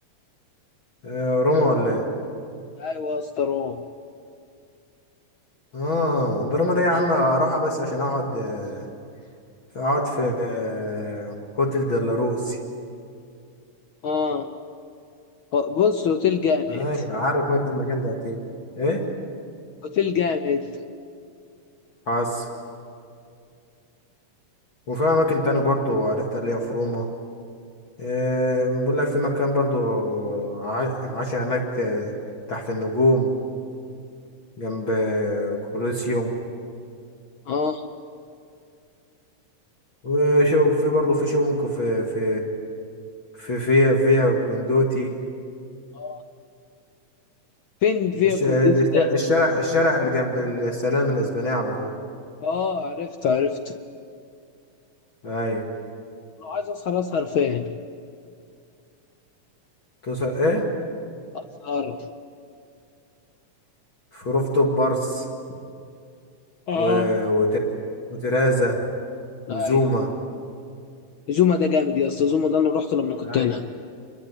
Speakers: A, on the left; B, on the left.
A: آه، روما ولا ايه
B: ايوه يا اسطى روم
A: اه ده روما ده يا عم راحة بس عشان اقعد آه، اقعد في آه، هوتيل ديلاروسي
B: اه بص اوتيل جامد
A: ايوه عارف انت المكان ده اكيد ايه
B: اوتيل جامد
A: حاسس وفي اماكن تاني برضه عرفتها اللي هي في روما آه، بقول لك في مكان برضو ع- عاش هناك آه، تحت النجوم جنب آه، كولوسيوم
B: اه
A: وشو في برضو في شونكو في في في فيا فيا كوندوتي
B: اه فين فيا
A: الش-
B: كونديتي
A: الش-
B: ده
A: الشارع الشارع اللي جنب السلام الأسبانية على طول
B: اه عرفت عرفت
A: أي
B: لو عايز اسهر اسهر فين
A: توصل إيه
B: اسهر
A: في روفتوب بارس
B: اه
A: و... وتر... وترازا وزوما
B: اي زوما ده جامد يا اسطى زوما ده انا رحت لما كنت
A: أي
B: هنا